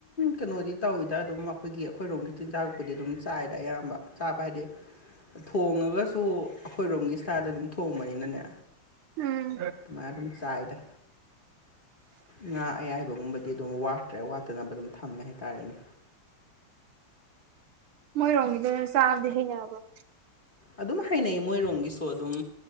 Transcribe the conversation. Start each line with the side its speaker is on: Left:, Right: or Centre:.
Left: ꯀꯩꯅꯣꯗꯤ ꯇꯧꯋꯤꯗ ꯑꯗꯨꯝ ꯑꯩꯈꯣꯏꯒꯤ ꯑꯩꯈꯣꯏꯔꯣꯝꯒꯤ ꯆꯤꯟꯖꯥꯛꯄꯨꯗꯤ ꯑꯗꯨꯝ ꯆꯥꯏꯗ ꯑꯌꯥꯝꯕ ꯆꯥꯕ ꯍꯥꯏꯗꯤ ꯊꯣꯡꯉꯒꯁꯨ ꯑꯩꯈꯣꯏꯔꯣꯝꯒꯤ ꯏꯁꯇꯥꯥꯗ ꯑꯗꯨꯝ ꯊꯣꯡꯕꯅꯤꯅꯅꯦ
Right: ꯎꯝ
Left: ꯑꯗꯨꯃꯥꯏ ꯑꯗꯨꯝ ꯆꯥꯏꯗ ꯉꯥ ꯑꯌꯥꯏꯕꯒꯨꯝꯕꯗꯤ ꯑꯗꯨꯝ ꯋꯥꯠꯇ꯭ꯔꯦ ꯋꯥꯠꯇꯅꯕ ꯑꯗꯨꯝ ꯊꯝꯃꯦ ꯍꯥꯏꯇꯥꯔꯦꯅꯦ
Right: ꯃꯣꯏꯔꯣꯝꯒꯤꯗ ꯆꯥꯕꯗꯤ ꯍꯩꯅꯑꯕ
Left: ꯑꯗꯨꯝ ꯍꯩꯅꯩ ꯃꯣꯏꯔꯣꯝꯒꯤꯁꯨ ꯑꯗꯨꯝ